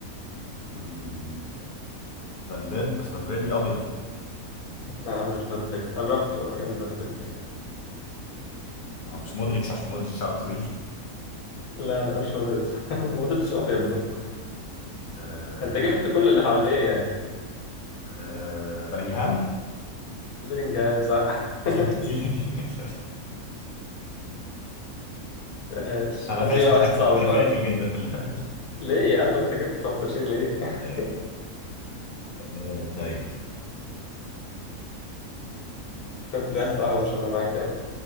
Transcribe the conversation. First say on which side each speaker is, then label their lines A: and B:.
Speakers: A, on the left; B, on the left.
A: مم، فالفيردي بس فالفيردي ابيض
B: لا مش فالفيردي قربت هو جنب فالفيردي يعني
A: ما هو مش مودريتش عشان مودريتش شعره طويل
B: لا لا مش مودريتش <laughs> مودريتش ابيض برضه
A: آه
B: انت جبت كل اللي حواليه يعني
A: آه، بلينجهام
B: <laughs> بلينجهام صح
A: <laughs>
B: <laughs> ماشي
A: انا
B: هات
A: فاشل
B: لي بقى
A: جدا
B: واحد صعب
A: انا
B: بقى
A: فاشل جدا في اللعبه دي
B: ليه يا عم انت جبت الخش ليه <laughs>
A: ايوه آه، طيب
B: شوف لي
A: <clears throat>
B: واحد صاحبي عشان انا معاك يلا